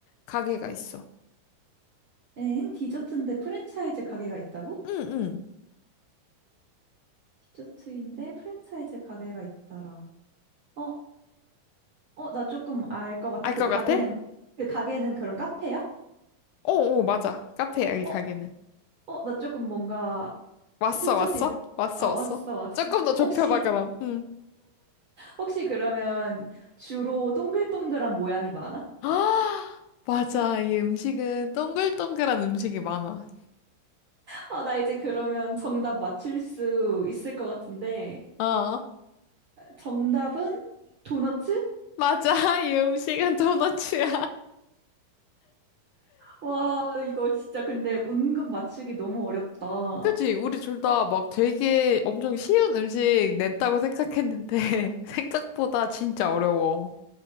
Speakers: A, on the left; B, on the right.
A: 가게가 있어.
B: 엥? 디저트인데 프랜차이즈 가게가 있다고?
A: 응, 응.
B: 디저트인데 프랜차이즈 가게가 있더라. 어, 어, 나 조금 알 것 같아.
A: 알
B: 그
A: 것
B: 가게는,
A: 같아?
B: 그 가게는 그럼 카페야?
A: 어, 어, 맞아. 카페야, 이
B: 어,
A: 가게는.
B: 어, 나 조금 뭔가
A: 왔어,
B: 스쳐진,
A: 왔어? 왔어,
B: 어,
A: 왔어?
B: 왔어, 왔어.
A: 조금 더 좁혀봐,
B: 혹시,
A: 그럼. 응.
B: 혹시 그러면 주로 동글동글한 모양이 많아?
A: <gasps> 아, 맞아. 이 음식은 동글동글한 음식이 많아.
B: 아, 나 이제 그러면 정답 맞출 수 있을 것 같은데.
A: 어,
B: 정답은 도너츠?
A: 맞아. <laughs> 이 음식은 도너츠야.
B: 와, 이거 진짜 근데 은근 맞추기 너무 어렵다. 어.
A: 그지? 우리 둘 다 막 되게 엄청 쉬운 음식 냈다고 생각했는데, <laughs> 생각보다 진짜 어려워.